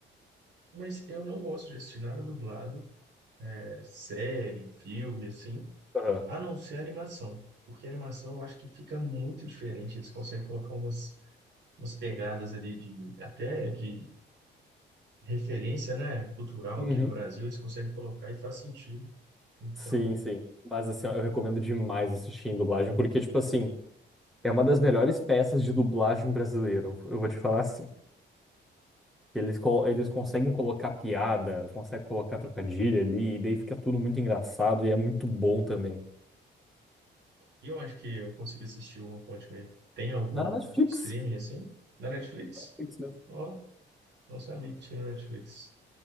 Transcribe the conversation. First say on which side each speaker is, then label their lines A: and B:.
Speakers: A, on the right (about 65°); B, in the centre.
A: Mas eu não gosto de assistir nada dublado, é, série, filme, assim,
B: Aham.
A: a não ser animação. Porque animação eu acho que fica muito diferente. Eles conseguem colocar umas, umas pegadas ali de, até de referência, né, cultural
B: Uhum.
A: aqui do Brasil, eles conseguem colocar e faz sentido. Então,
B: Sim, sim. Mas assim, ó, eu recomendo demais assistir em dublagem, porque, tipo assim, é uma das melhores peças de dublagem brasileira. Eu eu vou te falar assim. Eles, co- eles
A: bom.
B: conseguem colocar piada, conseguem colocar trocadilho ali, e daí fica tudo muito engraçado e é muito bom também.
A: E onde que eu consigo assistir o One Punch Man? Tem algum
B: Na Netflix.
A: streaming assim? Na Netflix?
B: Netflix mesmo.
A: Ó, não sabia que tinha na Netflix.